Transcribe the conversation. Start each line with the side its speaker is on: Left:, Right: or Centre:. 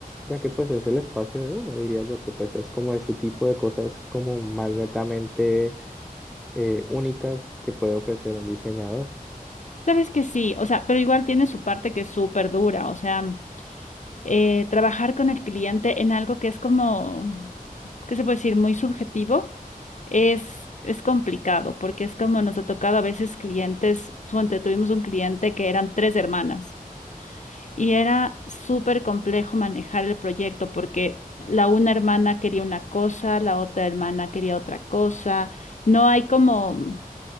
Centre: ya que pues es el espacio de uno, diría yo, que pues es como ese tipo de cosas como más netamente eh, únicas que puede ofrecer un diseñador.
Left: Sabes que sí, o sea, pero igual tiene su parte que es súper dura, o sea. eh, trabajar con el cliente en algo que es como, ¿qué se puede decir? Muy subjetivo, es, es complicado porque es como nos ha tocado a veces clientes, ponte, tuvimos un cliente que eran tres hermanas y era súper complejo manejar el proyecto porque la una hermana quería una cosa, la otra hermana quería otra cosa, no hay como